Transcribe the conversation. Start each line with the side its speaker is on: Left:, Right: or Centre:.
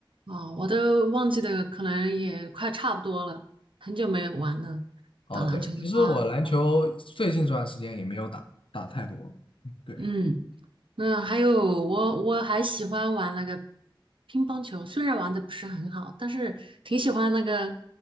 Right: 哦，我都忘记的，可能也快差不多了，很久没玩了。
Left: 哦，
Right: 打篮球的话，
Left: 对，其实我篮球最近这段时间也没有打打太多，嗯对。
Right: 嗯。嗯，还有我我还喜欢玩那个乒乓球，虽然玩的不是很好，但是挺喜欢那个